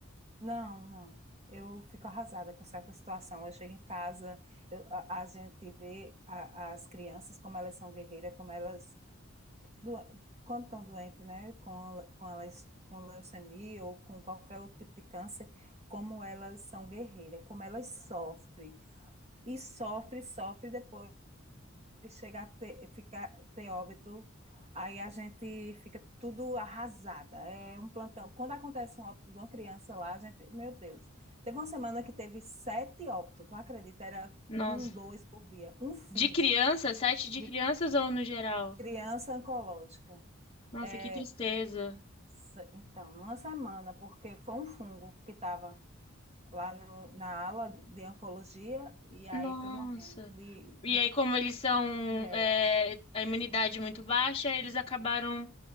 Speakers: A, on the right; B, on the left.
A: não, não. Eu fico arrasada com certa situação. Eu chego em casa, eu- a, a gente vê a- as crianças como elas são guerreiras, como elas doen- quando estão doentes, né, com, a- com, a leus- com leucemia ou com qualquer outro tipo de câncer, como elas são guerreiras, como elas sofrem. E sofre, sofre, depois chega a ter, ficar, ter óbito, aí a gente fica tudo arrasada. É um plantão. Quando acontece um óbito de uma criança lá, a gente, meu Deus, teve uma semana que teve sete óbitos, tu acredita? Era
B: Nossa.
A: um, dois por dia, um fungo
B: De criança, sete de
A: de
B: crianças ou no geral?
A: criança oncológica.
B: Nossa,
A: É,
B: que tristeza.
A: Se- Então, numa semana, porque foi um fungo que estava lá no- na ala de oncologia e aí
B: Nossa.
A: foi morrendo de
B: E aí, como eles são,
A: mulher.
B: é, a imunidade muito baixa, eles acabaram.